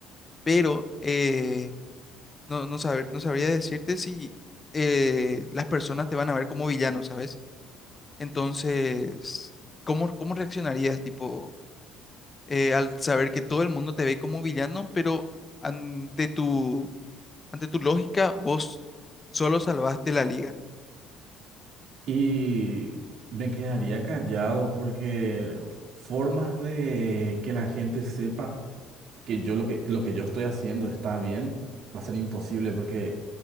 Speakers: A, on the left (about 15°); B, on the right (about 55°).
A: Pero eh, no, no, saber- no sabría decirte si eh, las personas te van a ver como villano, ¿sabes? Entonces, ¿cómo, cómo reaccionarías, tipo, eh, al saber que todo el mundo te ve como villano, pero ante tu, ante tu lógica, vos solo salvaste la liga?
B: Y me quedaría callado porque formas de que la gente sepa que yo lo que, lo que yo estoy haciendo está bien va a ser imposible porque,